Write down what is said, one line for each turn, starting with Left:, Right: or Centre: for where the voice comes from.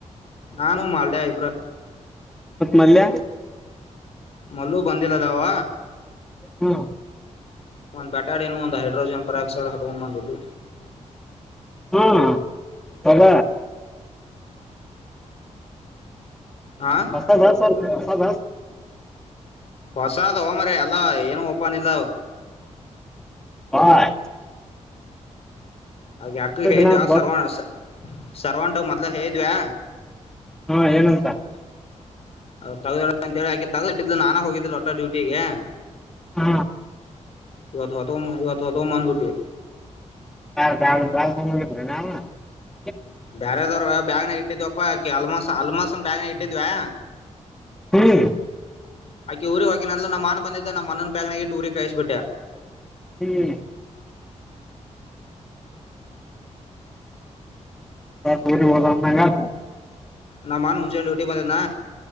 Left: ನಾನು ಮಾಲ್ಡ್ಯ ಇಬ್ರ
Centre: ಪತ್ಮಲ್ಲಯ
Left: ಮಲ್ಲು ಬಂದಿಲ್ಲಲ್ಲ ಅವ
Centre: ಹಾ
Left: ಒಂದ್ ಬಟಾಡ್ ಏನು ಒಂದ್ ಹೈಡ್ರೋಜನ್ ಪರಕ್ಸೈಡ್ ಹಟ್ಕೊಂಡ್ ಬಂದ್ಬಿಟ್ಟು
Centre: ಹಾ ಸದ
Left: ಹಾ
Centre: ಹೊ ಚತ ಹ ಬ
Left: ಹೊಸಾದ ಹ ಮರ ಅಲ್ಲಾ ಏನು ಓಪನ್ ಇಲ್ಲ
Centre: ಹಾಯ್
Left: ಹಾಗೆ ಅಕ್ಕ ಹೇ
Centre: ದಿನ
Left: ದ
Centre: ಅಂತ
Left: ಆ
Centre: ಗೊತ್
Left: ಸರ್ವನಸ ಸರ್ವಂಟಾಗ ಮೊದ್ಲ ಹೇಿದ್ವಾ
Centre: ಹಾ ಏನಂತ
Left: ಅಲ್ಲ <inaudible> ತಗೋ ಅಂತ ಹೇಳಿಕೆ ತಗಟ್ಟಿದ್ ನಾ ಹೋಗ ಹೋಗ ಒಟ್ಟ ಡ್ಯೂಟಿಗೆ
Centre: ಹಾ
Left: ಇವತ್ತುತವತ್ತು. ಟ ಮ ಬಟ್ಟೆ
Centre: <unintelligible> ನಾವ
Left: ಬೇರೆದವ್ರು ಬ್ಯಾಗ್ನಾಗ ಇಟ್ಟಿದ್ವಪ್ಪಾಕಿ ಅಲ್ಮಸ್ ಅಲ್ಮಸ್ನ್ ಬ್ಯಾಗ್ನಾಗ ಇಟ್ಟಿದ್ವ್ಯಾ.
Centre: ಹ್ಮ್
Left: ಆಕಿ ಊರಿಗೆ ಹೋಗಕಿನ ನಮ್ಮ ಮಾನ್ ಬಂದಿದ್ದ ನಮ್ಮ ಮನನ್ ಬ್ಯಾಗನಾಗಿಟ್ಟಿ ಊರಿಗೆ ಕಾಯಿಸ್ಬಿಟ್ಟೆ.
Centre: ಹ್ಮ್ <unintelligible>
Left: ನ ಮಾನ್ ಡ್ಯೂಟಿ ಬಂದಿದ್ದ